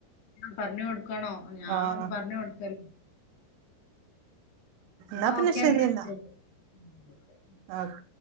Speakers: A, on the left (about 70°); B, on the right (about 80°).
A: പർഞ്ഞ് കൊട്ക്കണം ഞാൻ
B: ആഹ്
A: പർഞ്ഞ് കൊട്ക്കല് എന്നാ
B: ന്നാ പിന്നെ
A: ഓക്കെ
B: ശരിയന്നാ.
A: എന്നാ ശരി <inaudible>
B: ആഹ്.